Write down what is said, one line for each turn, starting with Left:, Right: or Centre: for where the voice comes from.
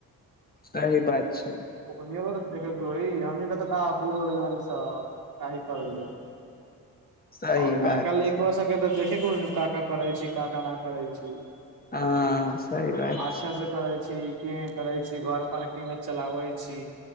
Left: सही बात छै।
Right: <unintelligible>
Left: सही
Right: आब नायका
Left: बात
Right: लईकबा
Left: छै
Right: सबके तऽ देखय के होई न का-का करै छै का-का नै करै छी।
Left: हँ सही बात
Right: अच्छा
Left: छै
Right: से करय छी, केहेन करय छी, घर पर केना चला व छी